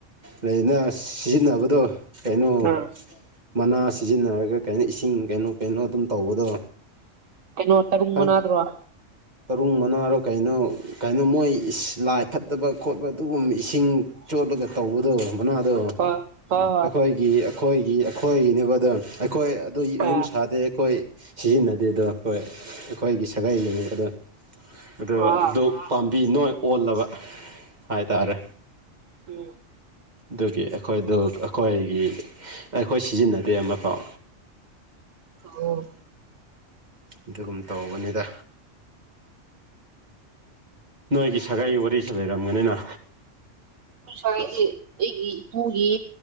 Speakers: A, on the right (about 35°); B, on the right (about 80°).
A: ꯂꯩꯗꯅ ꯁꯤꯖꯤꯟꯅꯕꯗꯣ ꯀꯩꯅꯣ
B: ꯎꯝ
A: ꯃꯅꯥ ꯁꯤꯖꯤꯟꯅꯔꯒ ꯀꯩꯅꯣ ꯏꯁꯤꯡ ꯀꯩꯅꯣ ꯀꯩꯅꯣ ꯑꯗꯨꯝ ꯇꯧꯕꯗꯣ
B: ꯀꯩꯅꯣ ꯇꯔꯨꯡ
A: ꯈꯪ
B: ꯃꯅꯥꯗꯨꯔꯣ
A: ꯇꯔꯨꯡ ꯃꯅꯥꯔꯣ ꯀꯩꯅꯣ ꯀꯩꯅꯣ ꯃꯣꯏ ꯂꯥꯏ ꯐꯠꯇꯕ ꯈꯣꯠꯄ ꯑꯗꯨꯒꯨꯝꯕ ꯏꯁꯤꯡ ꯆꯣꯠꯂꯒ ꯇꯧꯕꯗꯣ ꯃꯅꯥꯗꯣ
B: ꯍꯣꯏ ꯍꯣꯏ ꯍꯣꯏ
A: ꯑꯩꯈꯣꯏꯒꯤ ꯑꯩꯈꯣꯏꯒꯤ ꯑꯩꯈꯣꯏꯒꯤꯅꯤꯕꯗꯣ ꯑꯩꯈꯣꯏ ꯑꯗꯣ
B: ꯑꯦ
A: ꯌꯨꯝ ꯁꯥꯗꯦ ꯑꯩꯈꯣꯏ ꯁꯤꯖꯤꯟꯅꯗꯦ ꯑꯗꯣ ꯍꯣꯏ ꯑꯩꯈꯣꯏꯒꯤ ꯁꯥꯒꯩꯒꯤ ꯑꯗꯣ ꯑꯣ
B: ꯑꯥ
A: ꯑꯗꯨ ꯄꯥꯝꯕꯤ ꯅꯣꯏ ꯑꯣꯜꯂꯕ ꯍꯥꯏꯇꯥꯥꯔꯦ
B: ꯎꯝ
A: ꯑꯗꯨꯒꯤ ꯑꯩꯈꯣꯏꯗꯨ ꯑꯩꯈꯣꯏꯒꯤ ꯑꯩꯈꯣꯏ ꯁꯤꯖꯤꯟꯅꯗꯦ ꯑꯃꯐꯥꯎ
B: ꯑꯣ
A: ꯑꯗꯨꯒꯨꯝ ꯇꯧꯕꯅꯤꯗ ꯅꯣꯏꯒꯤ ꯁꯥꯒꯥꯏ ꯋꯥꯔꯤꯁꯨ ꯂꯩꯔꯝꯒꯅꯤꯅ
B: ꯍꯥꯏꯁꯦ ꯑꯩꯒꯤ ꯏꯄꯨꯒꯤ